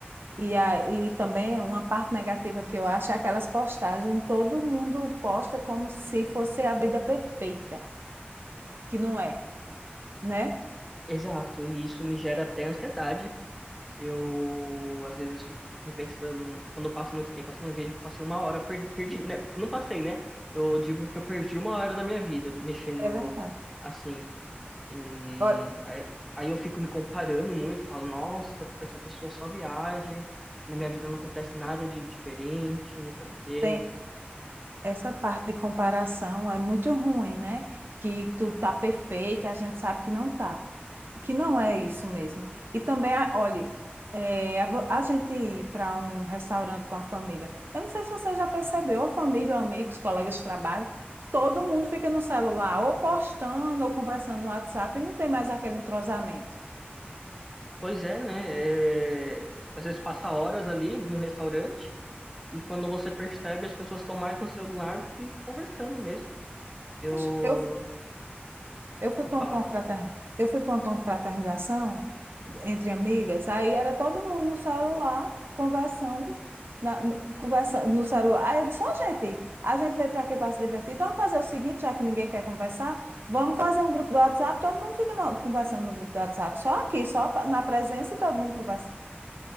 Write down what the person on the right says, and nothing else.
E aí também uma parte negativa que eu acho é aquelas postagens, todo mundo posta como se fosse a vida perfeita, que não é, né?
É verdade.
Olha,
Tem essa parte de comparação é muito ruim, né? Que tudo tá perfeito, e a gente sabe que não tá. que não é isso mesmo. E também, a- olhe, é, a, vo- a gente ir para um restaurante com a família. Eu não sei se você já percebeu, a família, ou amigos, colegas de trabalho, todo mundo fica no celular, ou postando, ou conversando no WhatsApp, e não tem mais aquele entrosamento.
Poxa,
Eu Eu fui
para
uma confrater... eu fui para uma confraternização entre amigas, aí era todo mundo no celular conversando, na- no- conversando no celular. Aí eu disse, ó, gente, a gente veio para aqui para se divertir, então vamos fazer o seguinte, já que ninguém quer conversar, vamos fazer um grupo do WhatsApp, todo mundo fica no- conversando no grupo do WhatsApp, só aqui, só pa- na presença e todo mundo conversa.